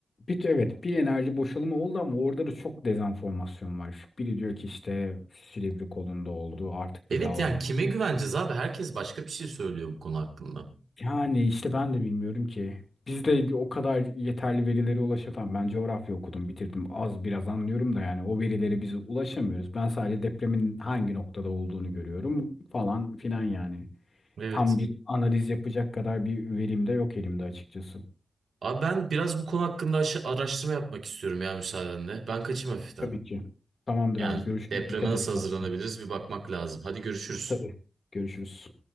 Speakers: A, on the left; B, on the right.
A: Bir, evet bir enerji boşalımı oldu ama orada da çok dezenformasyon var. Biri diyor ki işte Silivri kolunda oldu artık
B: Evet
A: bir daha
B: yani
A: olmaz.
B: kime güveneceğiz abi? Herkes başka bir şey söylüyor bu konu hakkında.
A: Yani işte ben de bilmiyorum ki. Biz de o kadar yeterli verilere ulaşamam. Ben coğrafya okudum, bitirdim. Az biraz anlıyorum da yani o verilere biz ulaşamıyoruz. Ben sadece depremin hangi noktada olduğunu görüyorum falan filan yani.
B: Evet.
A: Tam bir analiz yapacak kadar bir verim de yok elimde açıkçası.
B: Abi ben biraz bu konu hakkında aşa- araştırma yapmak istiyorum ya müsaadenle. Ben kaçayım hafiften.
A: Tabii ki. Tamamdır
B: Yani
A: abi görüşürüz.
B: depreme
A: Dikkat
B: nasıl
A: et.
B: hazırlanabiliriz
A: kendine.
B: bir bakmak lazım. Hadi görüşürüz.
A: Tabii. Görüşürüz.